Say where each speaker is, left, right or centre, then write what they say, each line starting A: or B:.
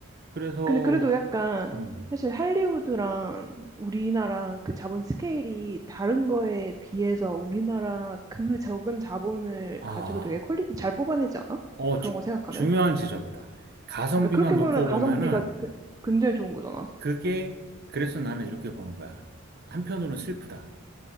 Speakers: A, on the right; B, on the right.
A: 그래서,
B: 근데 그래도 약간
A: 음,
B: 사실 할리우드랑 우리나라 그 자본 스케일이 다른 거에 비해서 우리나라 그 적은 자본을
A: 아,
B: 가지고 되게 퀄리티 잘 뽑아내지 않아?
A: 어,
B: 그런
A: 주-
B: 거 생각하면?
A: 중요한 지적이다. 가성비만
B: 그러니까 그렇게
A: 놓고
B: 보면 가성비가
A: 보면은
B: 그- 굉장히 좋은 거잖아.
A: 그게, 그래서 나는 이렇게 보는 거야. 한편으로는 슬프다.